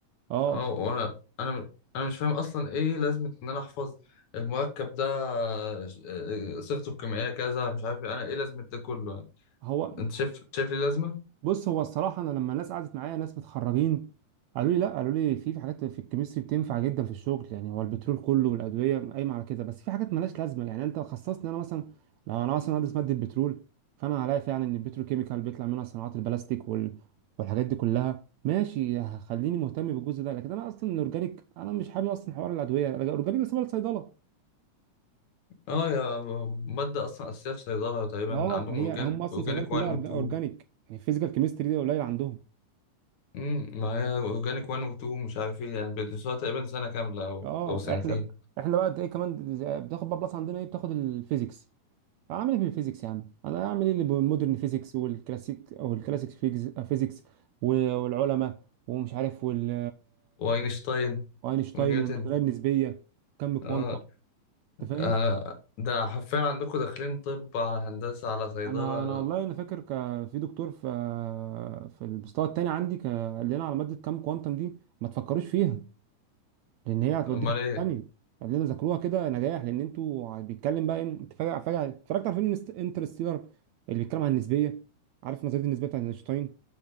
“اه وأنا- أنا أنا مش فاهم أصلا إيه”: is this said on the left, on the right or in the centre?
Left